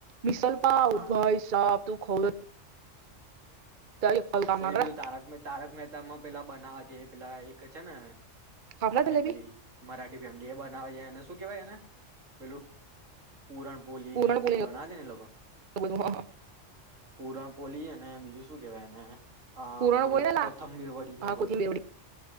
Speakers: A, on the right; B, on the right.
A: મિસલ પાવ
B: હા.
A: ભાઈ સાબ તું ખવ તો તારી અક્કલ કામ
B: ફહી
A: ના કરે
B: પેલું તારક મેહ તારક મહેતામાં પેલા બનાવા જે પેલા એક છે ને
A: ખાખરા
B: ફેમિલી
A: જલેબી
B: મરાઠી ફેમિલી એ બનાવે છે. એ ને શું કેવાય એને પેલું? પુરણપોલી
A: પૂરણ
B: ને એવું બધું
A: પૂરી
B: બનાવે છે ને એ લોકો
A: બધું હ
B: પૂરણપોલી અને બીજું શું કેહેવાય એને? હા
A: પૂરણ
B: પેલું
A: પોળી ને લા
B: કોથંબીર વડી ને
A: હા
B: બધું
A: કોથમીર વડી